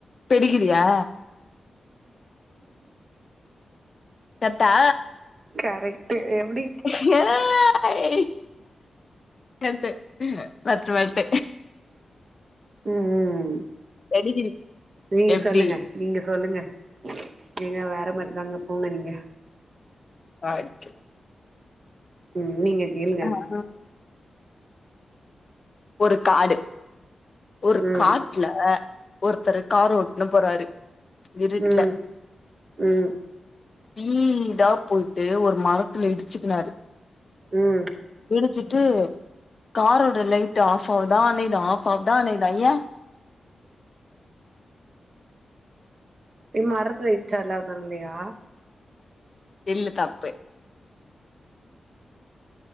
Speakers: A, on the left; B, on the right.
A: பெடிக்கிறியா கரட்டா
B: கரெக்ட் எப்
A: ஏய் கரட்டு மெரட்டு மெரட்டு
B: ம் ம்
A: பெடிகிரி
B: நீங்க
A: எப்டி
B: சொல்லுங்க நீங்க சொல்லுங்க நீங்க வேற மாரிதாங்க போங்க நீங்க
A: ஆ செரி
B: ம் நீங்க கேளுங்க
A: அ ஒரு காடு ஒரு
B: ம்
A: காட்டுல ஒருத்தரு கார் ஓட்டுன்னு போறாரு இருட்ல
B: ம் ம்
A: பீடா போயிட்டு ஒரு மரத்துல இடிச்சுக்கினாரு
B: ம்
A: இடிச்சிட்டு காரோட லைட் ஆஃப் ஆவுதா அனையிதா ஆஃப் ஆவுதா அனையிதா ஏ
B: இது மரத்துல இச்சாறுல அதாலையா
A: இல்ல தப்பு